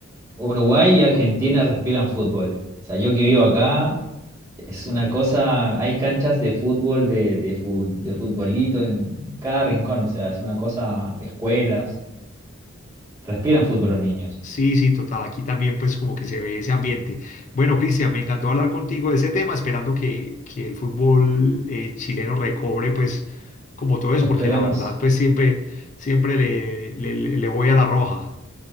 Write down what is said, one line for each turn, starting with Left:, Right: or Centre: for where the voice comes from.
Right: Uruguay y Argentina respiran fútbol. O sea, yo que vivo acá. Es una cosa, hay canchas de fútbol, de, de, fu- de futbolito en cada rincón, o sea, es una cosa, escuelas, respiran fútbol los niños.
Left: Sí, sí, total. Aquí también pues como que se ve ese ambiente. Bueno, Cristian, me encantó hablar contigo de ese tema, esperando que, que el fútbol eh, chileno recobre pues como todo eso,
Right: Esperemos.
Left: porque la verdad pues siempre, siempre le, le, le le voy a la roja.